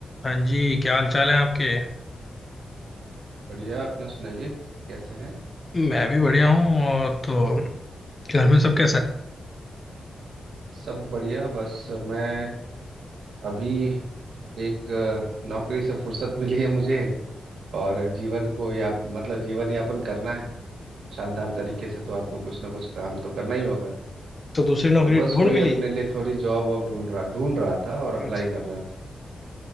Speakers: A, on the left (about 25°); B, on the right (about 80°).
A: हाँ जी क्या हाल चाल है आपके
B: बढ़िया अपना सुनाइए कैसे हैं
A: मैं भी बढ़िया हूँ और तो घर में सब कैसा है
B: सब बढ़िया बस मैं अभी एक अ, नौकरी से फुर्सत मिली है मुझे और जीवन को या मतलब जीवन यापन करना है शानदार तरीके से तो आपको कुछ ना कुछ काम तो करना ही होगा
A: तो दूसरी नौकरी
B: तो बस
A: ढूंढ
B: वही
A: भी
B: अपने
A: ली
B: लिए थोड़ी जॉब वॉब ढूंढ रहा ढूंढ रहा था और अप्लाई
A: अच्छा
B: कर रहा था